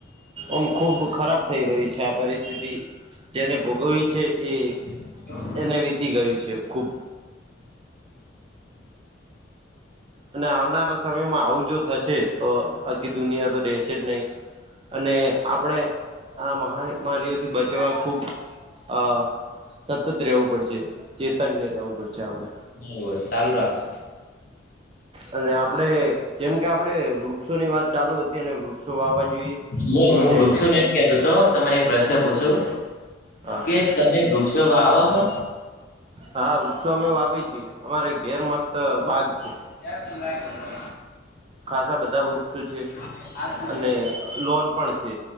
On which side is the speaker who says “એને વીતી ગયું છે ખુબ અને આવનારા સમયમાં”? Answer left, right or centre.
Right